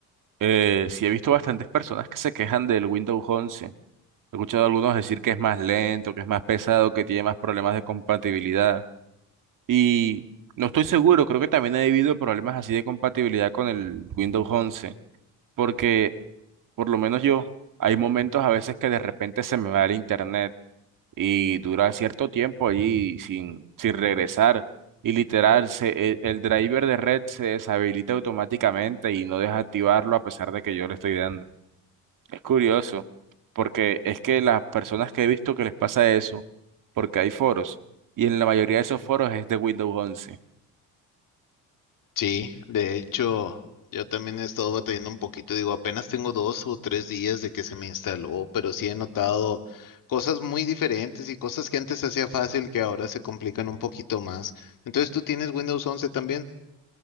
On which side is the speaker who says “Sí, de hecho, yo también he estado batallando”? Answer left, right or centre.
Left